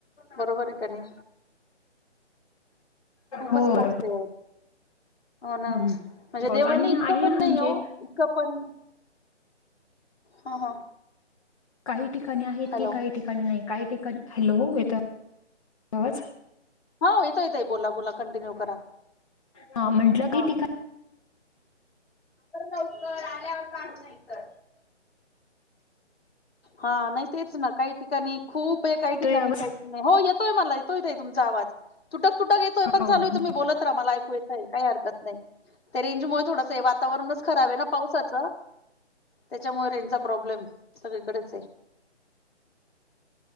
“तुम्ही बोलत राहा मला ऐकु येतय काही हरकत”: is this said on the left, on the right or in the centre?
Left